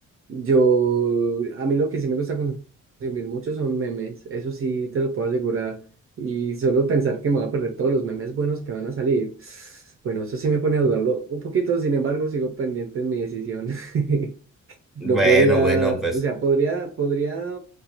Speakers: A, on the right; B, in the centre.
A: yo, a mí lo que sí me gusta consumir mucho son memes. Eso sí te lo puedo asegurar. Y solo pensar que me voy a perder todos los memes buenos que van a salir. <sighs> Bueno, eso sí me pone a dudarlo un poquito, sin embargo, sigo pendiente en mi decisión. <laughs>
B: Bueno,
A: No podría,
B: bueno, pues
A: o sea, podría, podría